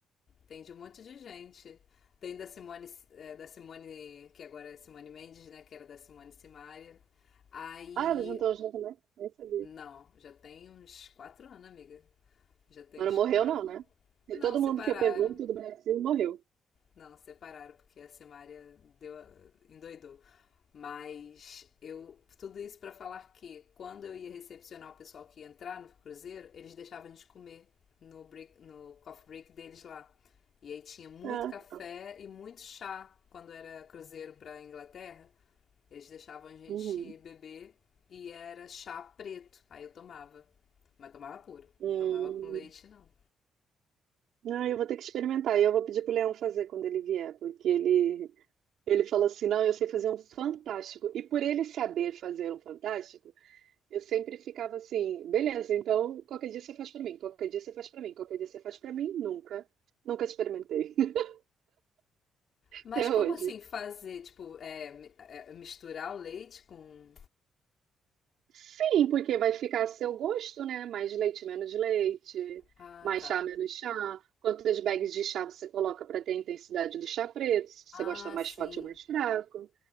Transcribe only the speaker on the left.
tem de um monte de gente. Tem da Simone, é, da Simone, que agora é Simone Mendes, né? Que era da Simone Simaria. Aí
Não, já tem uns quatro anos, amiga. Já tem
uns
quatro.
Não,
separaram.
Não, separaram, porque a Simária deu, a- endoidou. Mas eu. Tudo isso para falar que quando eu ia recepcionar o pessoal que ia entrar no cruzeiro, eles deixavam a gente comer no, break, no coffee break deles lá. E aí tinha muito
café
e muito chá quando era cruzeiro pra Inglaterra. Eles deixavam a gente
beber e era chá preto. Aí eu tomava. Mas tomava puro,
não tomava com leite, não.
Mas
como
assim fazer, tipo, é, mi- é, misturar o leite com.
Ah,
tá.
Ah,
sim.